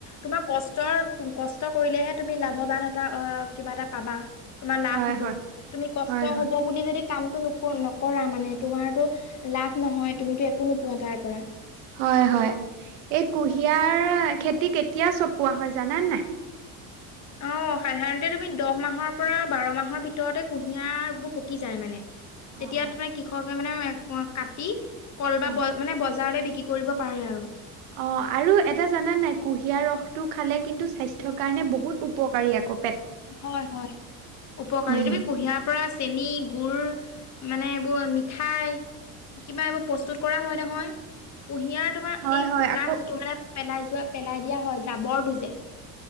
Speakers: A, on the left; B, on the right.
A: তোমাক কষ্টৰ, কষ্ট কৰিলেহে তুমি লাভৱান এটা কিবা এটা পাবা। তোমাৰ লাভ
B: হয়,
A: হব,
B: হয়,
A: তুমি কষ্ট
B: হয়, হয়।
A: হব বুলি যদি কামটো নকৰা মানে তোমাৰতো লাভ নহয়, তুমিতো একো নোপোৱা তাৰ পৰা।
B: হয়, হয়, এই কুঁহিয়াৰ খেতি কেতিয়া চপোৱা হয় জানানে নাই?
A: অ', সাধাৰণতে তুমি দহ মাহৰ পৰা বাৰ মাহৰ ভিতৰতে কুঁহিয়াৰ বোৰ পকি যায় মানে। তেতিয়া
B: অ', অ'।
A: তুমে কৃষকে মানে কাটি কল বা
B: অ',
A: মানে বজাৰতে বিক্ৰী কৰিব পাৰে আৰু।
B: অ', আৰু এটা জান নাই কুঁহিয়াৰ ৰসটো খালে কিন্তু স্বাস্থ্যৰ কাৰণে বহুত উপকাৰী আক।
A: হয়, হয়, উপকাৰী।
B: উম,
A: তুমি কুঁহিয়াৰ তাৰ পৰা চেনী গুৰ, মানে এইবোৰ মিঠাই কিবা এইবোৰ প্ৰস্তুত কৰা হয় নহয়। কুঁহিয়াৰ তোমাৰ
B: হয়,
A: এই
B: হয়
A: শুকান
B: আকৌ
A: যিটো মানে পেলাই যোৱা পেলাই দিয়া হয় জাবৰটো যে